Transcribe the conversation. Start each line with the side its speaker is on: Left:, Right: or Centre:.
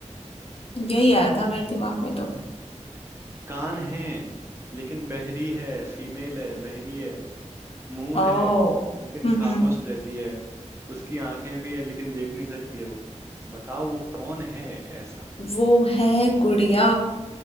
Left: यही आया था मेरे
Right: हम्म।
Left: दिमाग में तो
Right: कान है लेकिन बहरी है फीमेल है बहरी है मुंह
Left: ओ
Right: है लेकिन
Left: हम्म
Right: खामोश रहती है उसकी आंखें भी है लेकिन देख नहीं सकती है वो बताओ वो कौन है ऐसा
Left: वो है गुड़िया